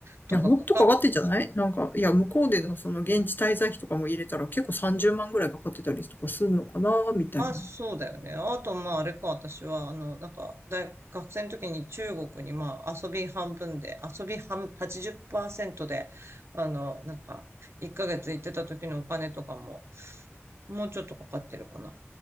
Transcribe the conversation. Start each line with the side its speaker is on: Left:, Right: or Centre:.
Right: とかかかっ、
Left: いや、もっとかかってんじゃないなんか、いや、向こうでのその現地滞在費とかも入れたら結構30万ぐらいかかってたりとかするのかな、みたいな。
Right: まあそうだよね。あとまああれか、私は、あの、なんか大、学生の時に中国にまあ遊び半分で、遊び半、80%で、あの、なんか、1ヶ月行ってた時のお金とかも、もうちょっとかかってるかな。